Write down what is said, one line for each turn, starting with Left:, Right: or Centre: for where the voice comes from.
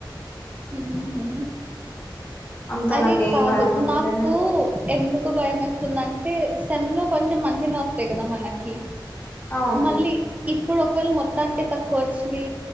Right: హుహు.
Left: అంత
Right: అరే
Left: నాకేం
Right: కాదు
Left: భయం అవుతలే
Right: నాకు ఎందుకు బయం వేస్తుందంటే సంధ్య కొంచెం మంచిగా స్తాయి కదా మనకి
Left: అవును
Right: మళ్ళీ ఇప్పుడు ఒక్వేళ మొత్తానికే తక్కువ అచ్చింది